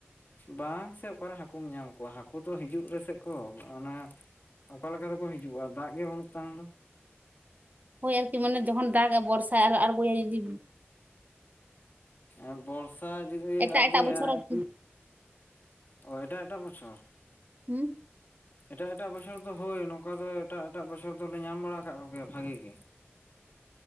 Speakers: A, on the left; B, on the right.
A: ᱵᱟᱝ ᱥᱮ ᱚᱠᱟᱨᱮ ᱦᱟᱹᱠᱳᱢ ᱧᱟᱢ ᱠᱚᱣᱟ ᱦᱟᱹᱠᱳ ᱫᱚ ᱦᱤᱡᱩᱜ ᱨᱮᱥᱮᱜ ᱠᱚ ᱚᱱᱟ, ᱚᱠᱟ ᱞᱮᱠᱟ ᱛᱮᱠᱚ ᱦᱤᱡᱩᱜᱼᱟ ᱫᱟᱜ ᱜᱮ ᱵᱟᱹᱱᱩᱜ ᱛᱟᱢ ᱫᱚ᱾
B: ᱦᱳᱭ ᱟᱨᱠᱤ ᱢᱟᱱᱮ ᱡᱚᱠᱷᱚᱱ ᱫᱟᱜ ᱵᱚᱨᱥᱟ ᱟᱨᱦᱚ ᱟᱬᱜᱚᱭᱟᱭ ᱡᱩᱫᱤ?
A: ᱮᱸ ᱵᱚᱨᱥᱟ ᱡᱩᱫᱤ
B: ᱮᱴᱟᱜ
A: ᱟᱬᱜᱚᱭᱟᱭ,
B: ᱮᱴᱟᱜ ᱵᱚᱪᱷᱚᱨ ᱟᱨᱠᱤ
A: ᱚ ᱮᱴᱟᱜ ᱮᱴᱟᱜ ᱵᱚᱪᱷᱚᱨ?
B: ᱦᱩᱸ
A: ᱮᱴᱟᱜ ᱮᱴᱟᱜ ᱵᱚᱪᱷᱚᱨ ᱫᱚ ᱦᱳᱭ ᱱᱚᱝᱠᱟ ᱫᱚ ᱮᱴᱟᱜ ᱮᱴᱟᱜ ᱵᱚᱪᱷᱚᱨ ᱫᱚᱞᱮ ᱧᱟᱢ ᱵᱟᱲᱟ ᱟᱠᱟᱜ ᱠᱚᱜᱮᱭᱟ ᱵᱷᱟᱜᱮ ᱜᱮ᱾
B: <inaudible>